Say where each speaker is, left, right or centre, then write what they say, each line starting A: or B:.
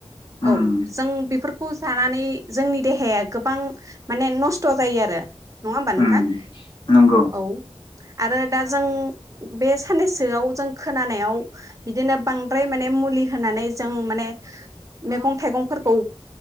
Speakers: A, on the left; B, on the right.
A: उम
B: औ जों बेफोरखौ खौ जानानै जोंनि देहाया गोबां माने न स्थ' जायो आरो नङा होमबा
A: उम
B: नोंथां
A: नंगौ
B: औ? आरो दा जों बे साननैसोआव जों खोनानायाव बिदिनो बांद्राय माने मुलि होनानै जों माने मैगं थाइगं फोरखौ